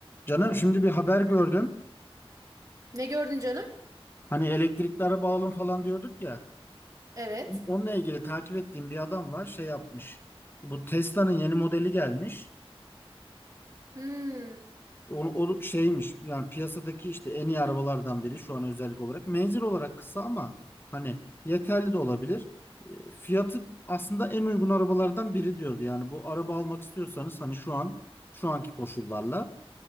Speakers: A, on the left; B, on the right.
A: Canım şimdi bir haber gördüm.
B: Ne gördün canım?
A: Hani elektrikli araba alın falan diyorduk ya.
B: Evet.
A: Onunla ilgili takip ettiğim bir adam var şey yapmış. Bu Tesla'nın yeni modeli gelmiş.
B: Hmm.
A: Onu, o şeymiş yani piyasadaki işte en iyi arabalardan biri şu an özellik olarak. Menzil olarak kısa ama hani yeterli de olabilir. E, Fiyatı aslında en uygun arabalardan biri diyordu. Yani bu araba almak istiyorsanız hani şu an şu anki koşullarla